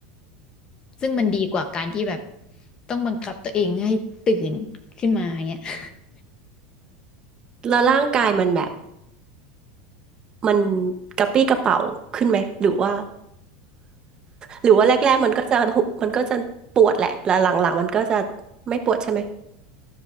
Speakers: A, on the left (about 20°); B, on the right (about 20°).
A: ำซึ่งมันดีกว่าการที่แบบต้องบังคับตัวเองให้ตื่นขึ้นมาเงี้ย <laughs>
B: แล้วร่างกายมันแบบมันกระปรี้กระเป๋าขึ้นไหมหรือว่าหรือว่าแรกๆมันก็จะหุมันก็จะปวดแหละแล้วหลังๆมันก็จะไม่ปวดใช่ไหม